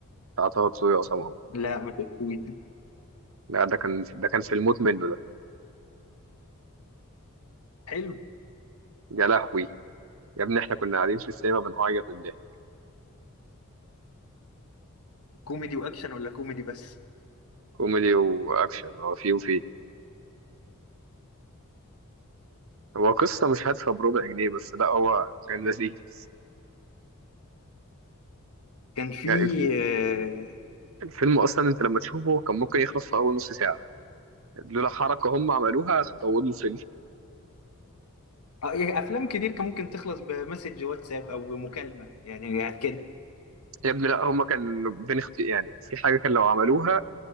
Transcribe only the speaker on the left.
لا ما كانت كوميدي
حلو
كوميدي واكشن ولا كوميدي بس
كان في
آه،
آه، يعني افلام كتير كان ممكن تخلص بمسج واتساب او بمكالمه يعني يعني كده